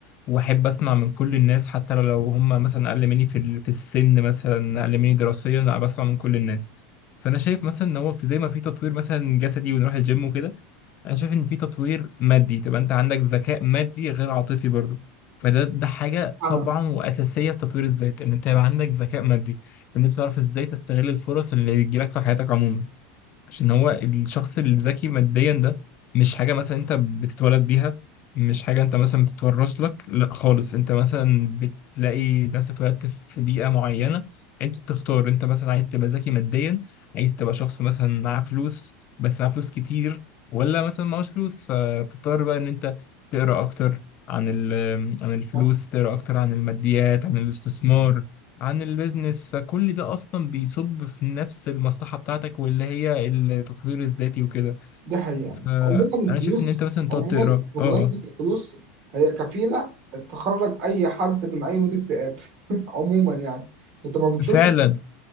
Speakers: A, on the left (about 45°); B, on the right (about 55°).
A: واحب اسمع من كل الناس حتى لو هم مثلا اقل مني في ال- في السن مثلا اقل مني دراسيا لا بسمع من كل الناس فانا شايف مثلا ان هو في زي ما في تطوير مثلا جسدي ونروح الجيم وكده انا شايف ان في تطوير مادي تبقى انت عندك ذكاء مادي غير عاطفي برضه فده ده حاجة
B: أنا
A: طبعا وأساسية في تطوير الذات إن أنت يبقى عندك ذكاء مادي إن أنت تعرف إزاي تستغل الفرص اللي بتجيلك في حياتك عموما عشان هو الشخص الذكي ماديا ده مش حاجة مثلا انت بتتولد بيها مش حاجة انت مثلا بتتورث لك لا خالص انت مثلا بتلاقي نفسك اتولدت في بيئة معينة انت بتختار انت مثلا عايز تبقى ذكي ماديا عايز تبقى شخص مثلا معاه فلوس بس معاه فلوس كتير ولا مثلا معهوش فلوس فبتضطر بقى ان انت تقرا اكتر عن ال- عن الفلوس
B: اه
A: تقرا اكتر عن الماديات عن الاستثمار عن البيزنس فكل ده اصلا بيصب في نفس المصلحه بتاعتك واللي هي التطوير الذاتي وكده
B: دي حقيقة يعني
A: فانا
B: عموما الفلوس
A: شايف ان انت مثلا تقعد
B: عموما
A: تقرا
B: بمناسبة
A: اه آه.
B: الفلوس هي كفيلة تخرج أي حد من أي مود اكتئاب <laughs> عموما يعني أنت ما بتشوفش
A: فعلا